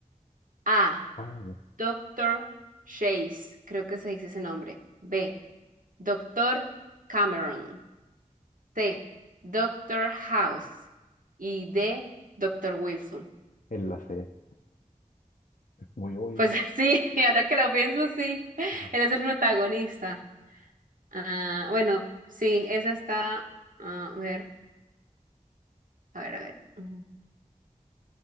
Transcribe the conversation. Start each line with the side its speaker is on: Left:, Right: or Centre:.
Right: A.
Left: Ah, ya.
Right: Doctor Chase, creo que se dice ese nombre. B. Doctor Cameron. C. Doctor House. Y D. Doctor Wilson.
Left: En la C, es muy obvio.
Right: Pues <laughs> sí, ahora que lo pienso, sí.
Left: Ajá.
Right: Él es el protagonista. Ah, bueno, sí, esa está. A ver, a ver, a ver. Ujú.